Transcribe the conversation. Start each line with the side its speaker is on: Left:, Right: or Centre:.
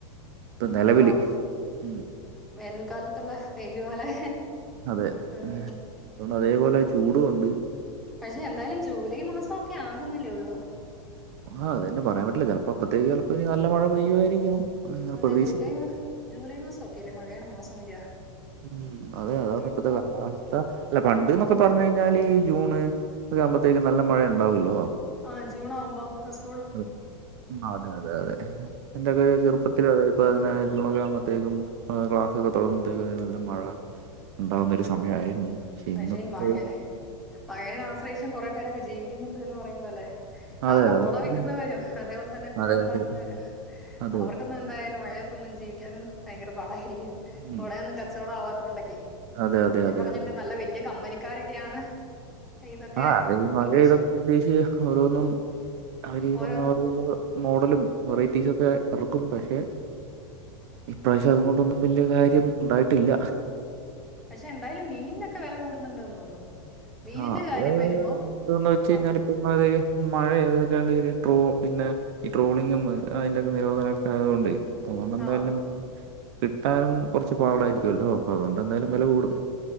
Right: ഇപ്പം നിലവിൽ
Centre: ആ
Right: ഉം
Centre: വേനൽക്കാലത്തുള്ള വെയിലു പോലെ
Right: അതെ
Centre: ഉം.
Right: അതുകൊണ്ട് അതേപോലെ ചൂടും ഉണ്ട്
Centre: പക്ഷെ എന്തായാലും ജൂലൈ മാസം ഒക്കെ ആകുന്നല്ലേ ഉള്ളൂ
Right: ആഹ് അത് തന്നെ പറയാൻ പറ്റില്ല ചിലപ്പോ അപ്പഴത്തേക്ക് ചിലപ്പോൾ ഇനി നല്ല മഴ പെയ്യുമായിരിക്കണം അങ്ങനെ
Centre: അതെ
Right: പ്രതീക്ഷിക്കാം
Centre: ജൂലൈ മാ ജൂലൈ മാസം ഒക്കെ അല്ലേ മഴയുടെ മാസം വരിക
Right: ഉം അതെ അതാ <unintelligible>
Centre: ഇതിപ്പോ
Right: ഇപ്പഴത്തെ കാലാ അല്ല പണ്ട് എന്നൊക്കെ പറഞ്ഞു കഴിഞ്ഞാല് ഈ ജൂണ് ഒക്കെ ആകുമ്പോത്തേക്കും നല്ല മഴ ഉണ്ടാവല്ലോ
Centre: ആഹ് ജൂണാകുമ്പോ ഹസ്
Right: അ അതെ അതെ അതെ എന്റെയക്കെ ചെറുപ്പത്തില് അതെ ഇപ്പോൾ അങ്ങെ ജൂൺ ഒകെ <unintelligible> ആുമ്പഴത്തേക്കും ക്ലാസ്സൊക്കെ തുടങ്ങുമ്പോഴത്തേക്ക് നല്ല മഴ ഉണ്ടാവുന്ന ഒരു സമയമായിരുന്നു. പക്ഷെ
Centre: പക്ഷേ
Right: ഇന്നത്തെ
Centre: ഈ മഴനെ മഴനെ ആശ്രയിച്ചും കൊറെ പേരൊക്കെ ജീവിക്കുന്നുണ്ടെന്ന് പറയുമ്പോ അല്ലെ. കാരണം
Right: അതെ അതും
Centre: കുട
Right: ശരിയാണ്
Centre: വിൽക്കുന്നവരും അതേപോലെ തന്നെ കുട
Right: അതെ
Centre: നന്നാക്കുന്നവരും
Right: അതെ അതെ
Centre: അവർക്ക്. ഇന്ന് എന്തായാലും മഴയത്തൊന്നും ജീവിക്കാനും ഭയങ്കര പാടായിരിക്കും.
Right: ഉം
Centre: കുടയൊന്നും കച്ചവടം ആവാത്ത കൊണ്ടൊക്കെ
Right: അതെ, അതെ,
Centre: സത്യം
Right: അതെ,
Centre: പറഞ്ഞിണ്ട്
Right: അതെ.
Centre: നല്ല വലിയ കമ്പനിക്കാരൊക്കെയാണ്. ഇതൊക്കെ
Right: ആഹ് അത് ഈ മഴ
Centre: പ്രതീക്ഷ
Right: ഇതൊക്കെ പ്രത്യേകിച്ച് ഓരോന്നും അവര്
Centre: ഓരോ
Right: പറഞ്ഞു പോലെ ഓരോ. മോഡലും വെറൈറ്റീസ് ഒക്കെ ഇറക്കും പക്ഷെ. ഇപ്രാവശ്യം അതുകൊണ്ടൊന്നും വലിയ കാര്യം ഉണ്ടായിട്ടില്ല.
Centre: പക്ഷെ എന്തായാലും മീനിനൊക്കെ വില കൂടുന്നുണ്ട് എന്ന് തോന്നുന്നു. മീനിന്റെ
Right: ആഹ്
Centre: കാര്യം
Right: അത്
Centre: വരുമ്പം
Right: എന്താന്ന് വെച്ച്
Centre: ആഹ്
Right: കഴിഞ്ഞാല്. ഇമ്മാതിരി മഴ ഏതിർക്കാണ്ട് പോവും, പിന്നെ. ഈ ട്രോളിങ്ങും അതിന്റ ഒക്കെ നിരോധനമൊക്കെ ആയതുകൊണ്ടെ. അതുകൊണ്ട് എന്തായാലും
Centre: ആഹ്
Right: കിട്ടാനും കുറച്ച് പാടായിരിക്കുമല്ലോ, അപ്പം അതുകൊണ്ട് എന്തായാലും വില കൂടും.